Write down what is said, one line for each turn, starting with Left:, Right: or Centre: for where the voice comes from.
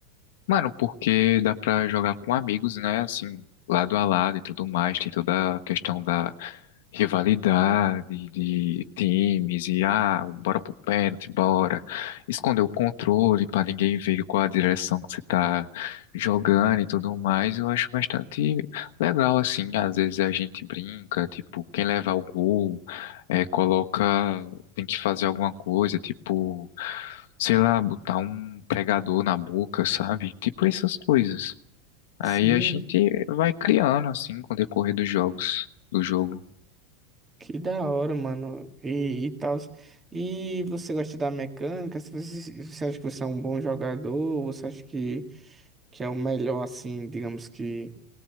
Left: Mano, porque dá pra jogar com amigos, né? Assim, lado a lado e tudo mais. Tem toda a questão da rivalidade, de times, e ah, bora pro pênalti, bora. Esconder o controle pra ninguém ver qual a direção que você tá jogando e tudo mais. Eu acho bastante legal, assim. Às vezes a gente brinca, tipo, quem levar o gol, eh, coloca tem que fazer alguma coisa, tipo, sei lá, botar um pregador na boca, sabe? Tipo essas coisas. Aí
Right: Sim,
Left: a gente
Right: que
Left: vai criando assim com o decorrer dos jogos, do jogo.
Right: que da hora, mano. E, e tal. E você gosta da mecânica? Se Você, você acha que você é um bom jogador? Você acha que, que é o melhor, assim, digamos que.